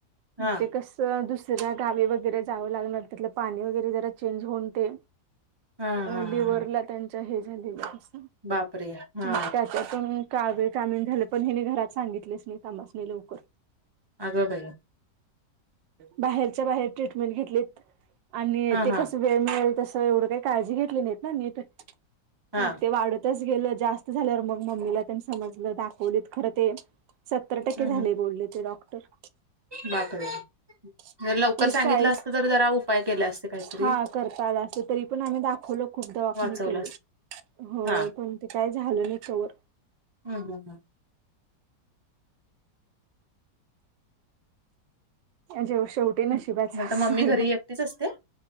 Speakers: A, on the right; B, on the right.
A: हा
B: ते कस दुसऱ्या गावी वगैरे जावं लागणार तिथलं पाणी वगैरे जरा चेंज होऊन ते,
A: हा
B: अ
A: हा
B: लिवरला
A: हा
B: त्यांच्या हे झालेल अस,
A: बापरे हा
B: त्याच्यात तुन कावीळ कामिन झालं पण हे घरात सांगितलेच नाही. आमाासणी लवकर
A: अग बाई,
B: बाहेरच्या बाहेर ट्रीटमेंट घेतलीत. आणि
A: हा
B: ते
A: हा
B: कस वेळ मिळेल तस एवढं काही काळजी घेतली नाहीत ना नीट
A: हा
B: मग ते वाढत, च गेलं जास्त झाल्यावर मग मम्मीला त्यांनी समजलं दाखवलीत खरं ते सत्तर टक्के
A: हम्म
B: झाले बोलले ते डॉक्टर
A: बापरे!
B: तीस,
A: जर लवकर सांगितलं
B: चाळीस
A: असतं तर जरा उपाय केले असते काहीतरी
B: हा करता आला असत तरी पण आम्ही दाखवलो. खूप दवाखाने
A: वाचवलं
B: केले,
A: असत
B: होय
A: हा
B: पण ते काय झालं नाही. कवर
A: हा हा हा
B: जेव शेवटी नशीबाच
A: हम्म मग आता
B: असत
A: मम्मी
B: सगळ,
A: घरी एकटीच असते?